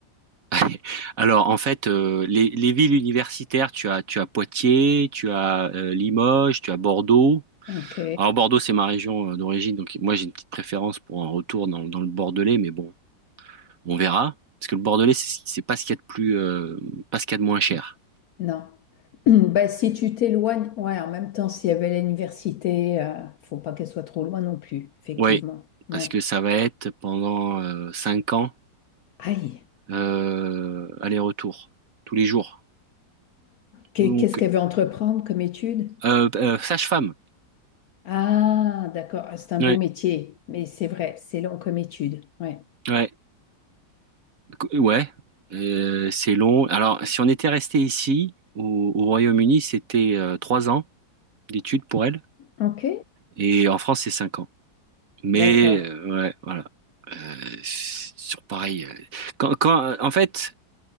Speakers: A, on the right (about 50°); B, on the left (about 70°).
A: <laughs> alors en fait euh, les, les villes universitaires tu as tu as Poitiers, tu as euh, Limoges, tu as Bordeaux.
B: Ok,
A: Alors Bordeaux c'est ma région euh, d'origine donc moi j'ai une petite préférence pour un retour dans, dans le Bordelais mais bon on verra parce que le Bordelais c'est c'est pas ce qu'il y a de plus euh, pas ce qu'il y a de moins cher.
B: Non. <clears throat> Bah, si tu t'éloignes, ouais, en même temps, s'il y avait l'université, euh, faut pas qu'elle soit trop loin non plus, effectivement.
A: Oui,
B: Ouais.
A: parce que ça va être pendant euh, cinq ans
B: Aïe.
A: euh, aller-retour tous les jours.
B: Qu'est-
A: Donc
B: Qu'est-ce qu'elle veut entreprendre comme étude?
A: euh, euh, sage-femme.
B: Ah, d'accord. Ah, C'est un
A: Ouais,
B: beau métier, mais c'est vrai, c'est long comme étude. Ouais.
A: ouais, Qu- ouais. Euh, c'est long. Alors si on était resté ici au, au Royaume-Uni, c'était euh, trois ans d'études pour elle,
B: OK.
A: et en France c'est cinq ans. Mais
B: D'accord.
A: euh, ouais, voilà. Euh, c'est sur pareil. euh, Quand, quand, en fait,